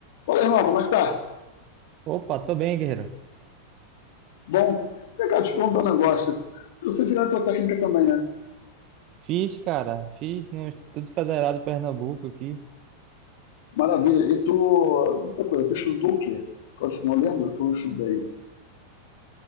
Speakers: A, on the left; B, on the right.
A: Olha, irmão, como é que tá?
B: Opa, tô bem, guerreiro.
A: Bom, vem cá, te perguntar um negócio. Tu fez a tua técnica também, né?
B: Fiz, cara, fiz no Instituto Federal de Pernambuco aqui.
A: Maravilha. E tu, outra coisa, tu estudou o quê? Eu, assim, não lembro que eu estudei